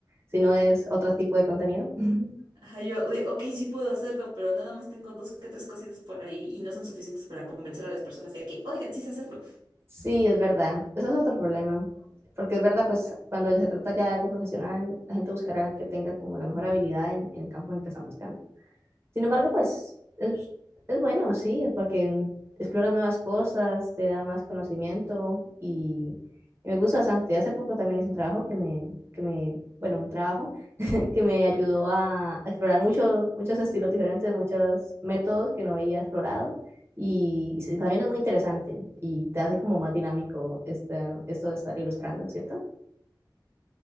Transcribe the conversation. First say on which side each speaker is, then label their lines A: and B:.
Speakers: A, on the right; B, on the right.
A: si no es otro tipo de contenido. <laughs>
B: ajá, yo, de, ok, sí puedo hacerlo, pero nada más tengo dos que tres cositas por ahí y no son suficientes para convencer a las personas de que, oigan, sí sé hacerlo.
A: Sí, es verdad, eso es otro problema, porque es verdad, pues cuando se trata ya de algo profesional, la gente buscará que tenga como la mejor habilidad en, en el campo en el que están buscando. Sin embargo, pues es, es bueno, sí, porque exploras nuevas cosas, te da más conocimiento y, y me gusta bastante. Hace poco también hice un trabajo que me, que me, bueno, un trabajo <laughs> que me ayudó a explorar muchos muchos estilos diferentes, muchos métodos que no había explorado. Y, sí, también es muy interesante y te hace como más dinámico este, esto de estar ilustrando, ¿cierto?